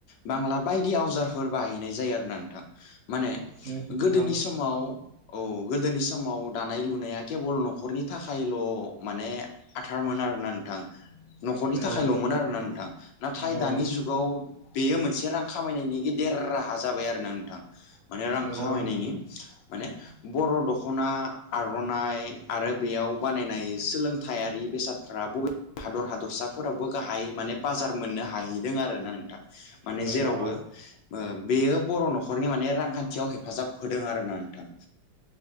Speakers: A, on the left; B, on the right.
A: बांला बायदि आवजारफोर बाहायनाय जायो आरो ना नोंथां माने
B: नंगौ नोंथां
A: गोदोनि समाव औ गोदोनि समाव दानाय-लुनाया केबल न'खर न'खरनि थाखायल' माने आथारमोन आरोना नोंथां न'खरनि
B: नंगौ
A: थाखायल'मोन आरोना नोंथां नाथाय
B: नंगौ नंगौ
A: दानि जुगाव बेयो मोनसे रां खामायनायनि देर राहा जाबाय बाय आरो ना नोंथां माने रां
B: नंगौ
A: खामायनायनि
B: नोंथां
A: माने बर' दख'ना आर'नाय आरो बेयाव बानायनाय सोलोंथायारि बेसादफ्रा बबेबा हादर हादरसा फोरावबो गाहाय माने बाजार मोननो हाहैदों आरो ना नोंथां माने
B: नंगौ
A: जेरावबो बेयो बर' न'खर न'खरनि माने रांखानथियाव हेफाजाब होदों आरोना नोंथां